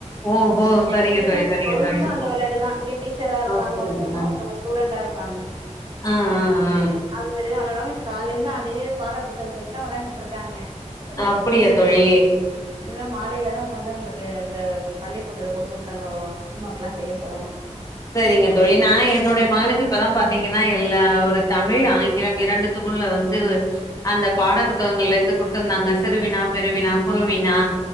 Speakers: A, on the left (about 30°); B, on the right (about 40°).
A: ஓஹோ
B: எங்க
A: சரிங்க
B: வீட்ல
A: தோழி சரிங்க
B: பொழுதுக்கு
A: தோழி
B: அந்த வெளையாட்டுதா டீச்சரா இருப்பாங்க
A: அப்படியா
B: ஒருத்தவுங்க ஒருத்தவுங்க ஸ்டூடெண்டா இருப்பாங்க
A: ஆஹ் ஆஹ் ஆஹ்
B: அது மாரி தா வெளாடுவாங்க இப்ப கால்ல இருந்து அதே பாடப்புத்தகத்த வச் இதா வெளாண்டுட்டு இருக்காங்க
A: ஆ அப்படியா தோழி
B: என்னதா மாலேல தா உக்காந்து அவுங்களுக்கு இந்த பள்ளி கூடத்துல குடுத்து விட்ட அந்த ஹோம் ஒர்க் எல்லா செய்ய சொல்லணு
A: செரிங்க தோழி நா என்னுடைய மகனுக்கு இப்பதா பாத்தீங்கன்னா எல்லா ஒரு தமிழ் ஆங்கிலம் இரண்டு த்துக்குள்ள வந்து அந்த பாட புத்தகங்கள்ல இருந்து குடுத்திருந்தாங்க சிறுவினா பெருவினா குருவினா